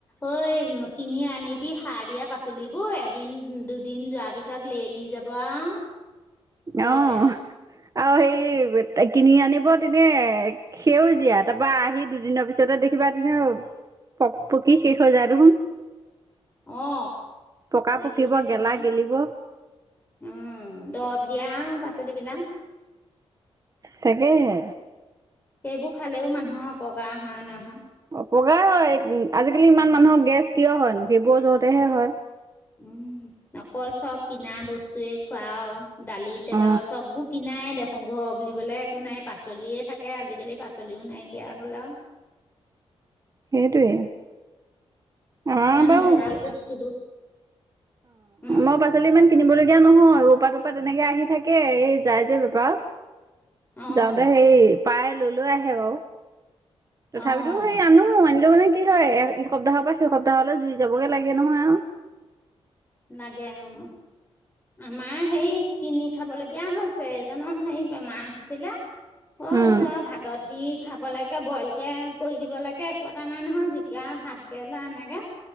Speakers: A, on the left (about 20°); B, on the right (about 35°).
A: অ এই কিনি আনিবি সাৰ দিয়া পাচলিবোৰ এদিন, দুদিন যোৱা পিছত লেৰেলি যাব আৰু বৰ
B: অঁহ্,
A: বেয়া
B: আৰু হেৰি কিনি আনিব দিলে। সেউজীয়া তাৰপৰা আহি দুদিনৰ পিছতে দেখিবা তেতিয়া পক্ পকি শেষ হৈ যায় দেখোন।
A: অ
B: পকা
A: এইবোৰহে
B: পকিব,
A: বেমাৰ
B: গেলা গেলিব।
A: উম, দৰব দিয়া আৰু পাচলিবিলাক।
B: তাকেহে।
A: সেইবোৰ খালেও মানুহৰ অপকাৰ হয় নহয়।
B: অপকাই হয়। ওঁ আজিকালি ইমান
A: উম
B: মানুহৰ গেছ কিয় হয়নো সেইবোৰৰ জহতেহে হয়।
A: উম, অকল চব কিনা বস্তুৱে খোৱা আও। দালি, তেলৰ
B: অ
A: আৰু চববোৰ কিনায় দেখ ঘৰ বুলিবলৈ একো নাই পাচলিয়ে থাকে আজিকালি পাচলিও নাইকিয়া হ'ল আও।
B: সেইটোৱে। আমাৰ
A: ইমান
B: বাৰু
A: ভেজাল
B: অ
A: বস্তুবোৰ, হুঁহ।
B: শাক পাচলি ইমান কিনিবলগীয়া নহয়। অপা-তপাত তেনেকে আহি থাকে এই যায় যে বেপাৰত।
A: অ',
B: যাওঁতে হেৰি পাই লৈ লৈ আহে বাৰু। তথাপিটো
A: অ',
B: সেই আনো আনিলো মানে কি হয়? এ এ হি সপ্তাহৰ পৰা সিসপ্তাহলৈ জুৰি যাবগে লাগে নহয় আৰু।
A: নাগে অঁ। আমাৰ সেই কিনি খাবলগীয়া হৈছে এইজনৰ হেৰি বেমাৰ হৈছিলে। অঁ
B: উম
A: ধৰা ভাতত দি খাবলৈকে বইল কে। কৰি দিবলৈকে একো এটা নাই নহয় জিকা, ভাতকেৰেলা এনেকে।